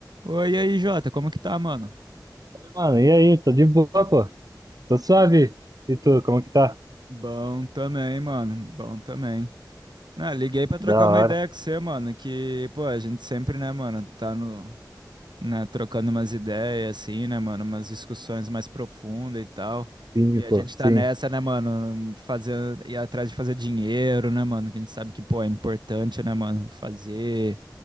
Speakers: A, on the right (about 85°); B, on the right (about 55°).
A: Oi, e aí, Jota, como que tá, mano?
B: Mano, e aí? Tô de boa, pô. Tô suave. E tu, como que tá?
A: Bom também, mano. Bom também. Né, liguei pra trocar
B: Da
A: uma
B: hora.
A: ideia com você, mano, que, pô, a gente sempre, né, mano, tá no, né, trocando umas ideias, assim, né, mano, umas discussões mais profundas e tal.
B: Sim,
A: E
B: pô.
A: a gente
B: Sim.
A: tá nessa, né, mano, fazer, ir atrás de fazer dinheiro, né, mano, que a gente sabe que, pô, é importante, né, mano, fazer,